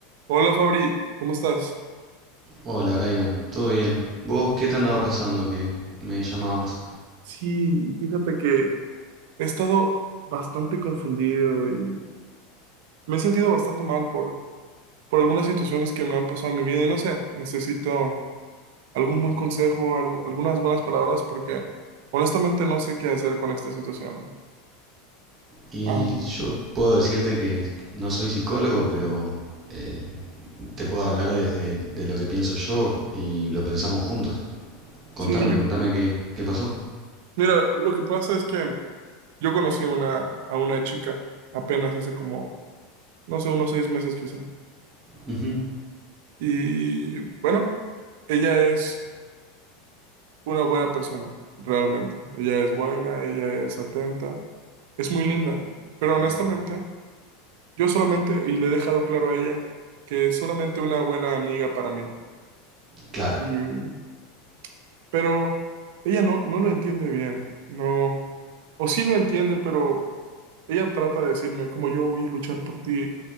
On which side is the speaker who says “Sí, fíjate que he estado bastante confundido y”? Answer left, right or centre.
Right